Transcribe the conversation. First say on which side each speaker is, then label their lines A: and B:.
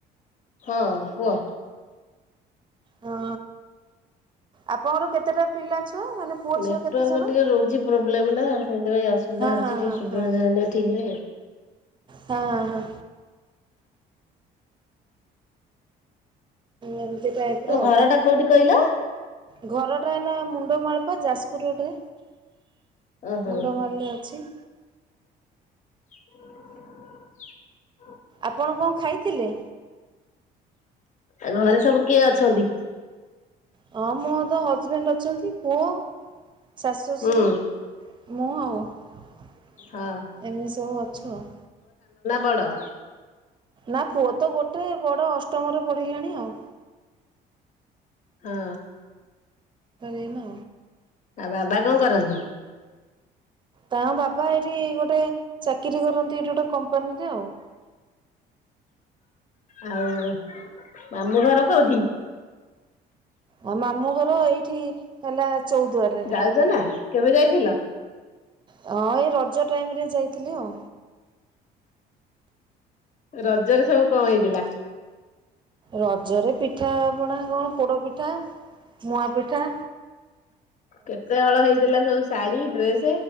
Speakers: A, on the left (about 45°); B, on the right (about 30°).
A: ହଁ କୁହ
B: ହଁ ଆପଣଙ୍କର କେତେଟା ପିଲା? ଛୁଆ ମାନେ ପୁଅ ଝିଅ
A: ନେଟୱାର୍କ
B: କେତେ ଜଣ?
A: ଟିକେ ରହୁଛି ପ୍ରୋବ୍ଲେମ ନା ସେଥିପାଇଁ ଅସୁବିଧା
B: ହଁ
A: ହଉଛି
B: ହଁ
A: ଟିକେ
B: ହଁ
A: ସୁବିଧା
B: ହଁ
A: ହଉନି ଠିକ ରେ
B: ହଁ ହଁ ହଁ ଏମିତି ଟାଇପ ର
A: ତମ
B: ଆଉ।
A: ଘର ଟା କୋଉଠି କହିଲ?
B: ଘରଟା ହେଲା ମୁଣ୍ଡ ମାଳପା ଯାଜପୁର ରୋଡରେ।
A: ଓହୋ
B: ମୁଣ୍ଡ ମାରିଲେ ଅଛି।
A: <unintelligible>
B: ଆପଣ କଣ ଖାଇଥିଲେ?
A: ଆ ଘରେ ସବୁ କିଏ ଅଛନ୍ତି?
B: ହଁ ମୋ ତ ହଜବେଣ୍ଡ ଅଛନ୍ତି ପୁଅ ଶାଶୁ ଶ୍ୱଶୁର
A: ହୁଁ
B: ମୁଁ ଆଉ ଏମିତି
A: ହଁ।
B: ସବୁ ଅଛୁ ଆଉ।
A: ବଡ଼?
B: ନା ପୁଅ ତ ଗୋଟେ ବଡ଼ ଅଷ୍ଟମରେ ପଡ଼ିଲାଣି ଆଉ।
A: ହଁ।
B: ଏ ନା।
A: ଆଉ ବାବା କଣ କରନ୍ତି?
B: ତା ବାବା ଏଇଠି ଗୋଟେ ଚାକିରି କରନ୍ତି ଏଇଠି ଗୋଟେ କମ୍ପାନୀରେ ଆଉ।
A: ଆଉ ମାମୁଁ ଘର କୋଉଠି?
B: ଆ ମାମୁଁ ଘର ଏଇଠି ହେଲା ଚଉଦୁଆରରେ।
A: ଯାଉଛ ନା କେବେ ଯାଇଥିଲ?
B: ହଁ ଏ ରଜ ଟାଇମରେ ଯାଇଥିଲି ଆଉ।
A: ରଜରେ ସବୁ କଣ ହେଇଥିଲା?
B: ରଜରେ ପିଠା ଆ ପଣା କଣ? ପୋଡ ପିଠା ମୁଆ ପିଠା
A: କେତେ ହଳ ହେଇଥିଲା ସବୁ ଶାଢୀ ଡ୍ରେସ?